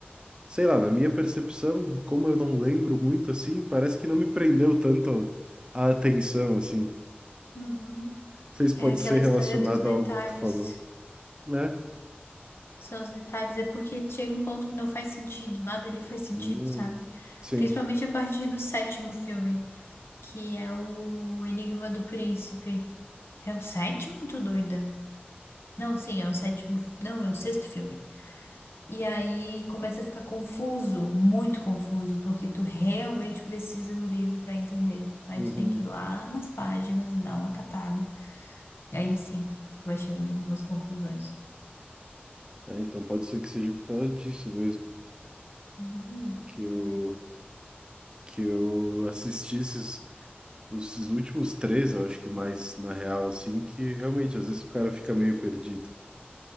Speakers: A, on the right; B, on the left.
A: sei lá, na minha percepção, como eu não lembro muito assim, parece que não me prendeu tanto a atenção assim. Não
B: uhum.
A: sei se
B: É
A: pode
B: aquela
A: ser
B: história
A: relacionado
B: dos detalhes.
A: a algo que tu falou, né?
B: São os detalhes, é porque chega um ponto que não faz sentido, nada ali faz sentido,
A: Hum,
B: sabe?
A: sim.
B: Principalmente a partir do sétimo filme, que é o Enigma do Príncipe. É o sétimo, tô doida? Não, sim, é o sétimo. fi- Não, é o sexto filme. E aí começa a ficar confuso, muito confuso, porque tu realmente precisa do livro pra entender. Aí
A: Uhum.
B: tu tem que ir lá nas páginas, dar uma catada. E aí sim, tu vai chegando a algumas conclusões.
A: É, então pode ser que seja por causa disso mesmo
B: Uhum.
A: que eu
B: É,
A: que eu assisti esses esses últimos três, eu acho que mais na real assim, que realmente às vezes o cara fica meio perdido.